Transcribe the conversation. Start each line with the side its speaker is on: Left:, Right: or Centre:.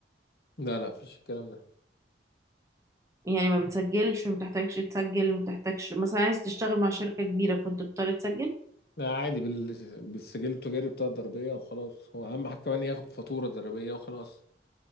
Left: لا لا مفيش الكلام ده
Right: يعني ما بتسجلش وما بتحتاجش تسجل ما بتحتاجش مثلا عايز تشتغل مع شركة كبيرة كنت بتضطر تسجل
Left: لا عادي بال... بالسجل التجاري بتاع الضريبيه وخلاص هو اهم حاجه كمان ياخد فاتوره ضريبيه وخلاص